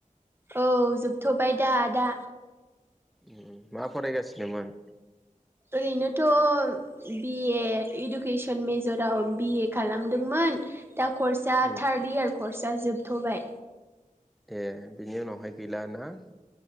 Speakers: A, on the right; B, in the centre.
A: औ जोबथ'बाय दा आ दा।
B: उम उम मा फरायगासिनोमोन?
A: ओरैनोथ' बिए इडुकेसन मेजराव बिए खालामदोंमोन दा कर्स
B: उम
A: थार्ड इयार कर्स जोबथ'बाय।
B: ए बिनि उनावहाय गैला ना?